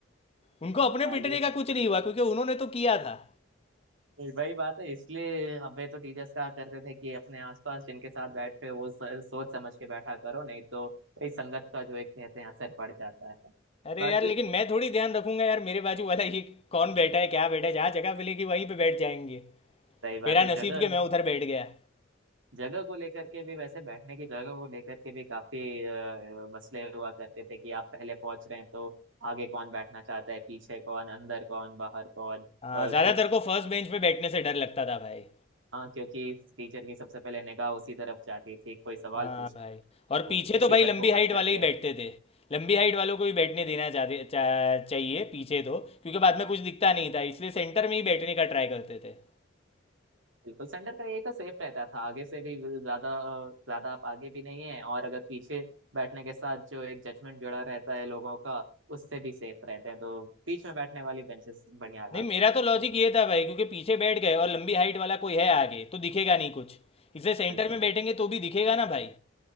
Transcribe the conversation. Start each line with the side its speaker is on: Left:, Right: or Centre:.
Left: उनको अपने
Right: हाँ,
Left: पीटने
Right: ये
Left: का कुछ नहीं हुआ क्योंकि उन्होंने तो किया था
Right: वही वही बात है इसलिए हमें तो टीचर्स कहा करते थे कि अपने आसपास जिनके साथ बैठते हो वो स- सोच समझ के बैठा करो नहीं तो वही संगत का जो एक कहते हैं असर पड़ जाता है
Left: अरे
Right: बाकी
Left: यार लेकिन मैं थोड़ी ध्यान रखूंगा यार मेरे बाजू वाला ये कौन बैठा है क्या बैठा है जहाँ जगह मिलेगी वहीं पे बैठ जाएंगे
Right: सही बात
Left: मेरा
Right: है जगह
Left: नसीब कि मैं उधर बैठ गया
Right: जगह को लेकर के भी वैसे बैठने की जगह को लेकर के भी काफी अ, मसले हुआ करते थे कि आप पहले पहुंच रहे हैं तो आगे कौन बैठना चाहता है पीछे कौन अंदर कौन बाहर कौन अ,
Left: हाँ ज़्यादातर
Right: कोई
Left: को फर्स्ट बेंच पे बैठने से डर लगता था भाई
Right: हाँ क्योंकि टीचर की सबसे पहले निगाह उसी तरफ जाती थी कोई सवाल
Left: हाँ
Right: पूछना
Left: भाई
Right: होता था,
Left: और पीछे
Right: तो उसी
Left: तो भाई
Right: पर
Left: लंबी
Right: फोकस
Left: हाइट
Right: करते
Left: वाले ही बैठते थे लंबी हाइट वालों को ही बैठने देना चाहते चा, चाहिए पीछे तो क्योंकि बाद में
Right: हाँ
Left: कुछ दिखता नहीं था इसलिए सेंटर में ही बैठने का ट्राई करते थे
Right: बिल्कुल सेंटर का यही तो सेफ रहता था आगे से भी ज्यादा ज्यादा आप आगे भी नहीं है और अगर पीछे बैठने के साथ जो एक जजमेंट जुड़ा रहता है लोगों का उससे भी सेफ रहते हैं तो बीच में बैठने वाली बेंचेस बढ़िया रहा
Left: नहीं मेरा
Right: करती
Left: तो लॉजिक
Right: थी
Left: ये था भाई क्योंकि पीछे बैठ गए और लंबी हाइट वाला कोई है आगे तो दिखेगा नहीं कुछ इसलिए सेंटर
Right: बिल्कुल
Left: में बैठेंगे तो भी दिखेगा ना भाई